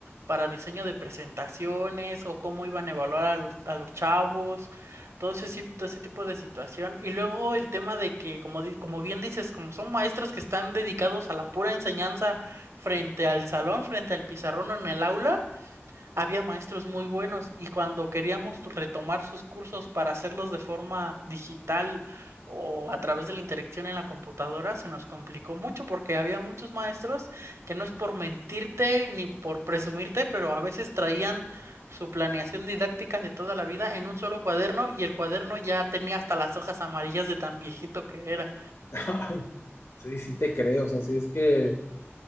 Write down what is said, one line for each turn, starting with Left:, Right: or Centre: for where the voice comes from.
Right: para diseño de presentaciones o cómo iban a evaluar a los, a los chavos, todo ese, si- todo ese tipo de situación. Y luego el tema de que, como, di- como bien dices, como son maestros que están dedicados a la pura enseñanza frente al salón, frente al pizarrón o en el aula. Había maestros muy buenos y cuando queríamos retomar sus cursos para hacerlos de forma digital o a través de la interacción en la computadora, se nos complicó mucho porque había muchos maestros que no es por mentirte ni por presumirte, pero a veces traían su planeación didáctica de toda la vida en un solo cuaderno y el cuaderno ya tenía hasta las hojas amarillas de tan viejito que era.
Left: Ay, sí, sí te creo, o sea, sí es que